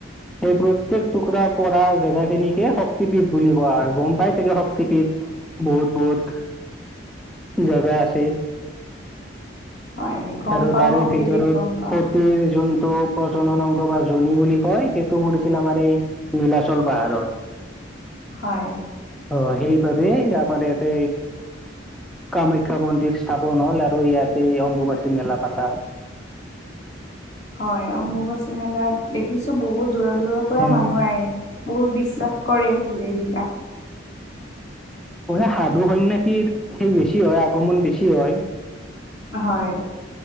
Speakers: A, in the centre; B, on the left.
A: সেই প্ৰত্যেক টুকুৰা পৰা জেগা খিনিকে শক্তিপীঠ বুলি কোৱা হয় গম পাই চাগে শক্তিপীঠ বহুত। বহুত জেগা আছে।
B: হয় গম
A: আৰু
B: পাও
A: তাৰে
B: শক্তিবিধ
A: ভিতৰত
B: গম পাও
A: সতিৰ যোনটো প্ৰজনন অ শ বা জনী বুলি কয় সেইটো পৰিছিল আমাৰ এই নীলাচল পাহাৰত।
B: হয়।
A: অ সেইবাবে আমাৰ ইয়াতে কামাখ্যা মন্দিৰ স্থাপন হ'ল। আৰু ইয়াতে অম্বুবচীৰ মেলা পাতা হয়।
B: হয় অম্বুবাচী মেলাত দেখিছো বহুত। দূৰৰ দূৰৰ পৰা
A: উম,
B: মানুহ আহে বহুত বিশ্বাস কৰে লেবি।
A: অ সাধু হয় নে কি সেই বেছি হয় আগত অমান বেছি হয়।
B: হয়।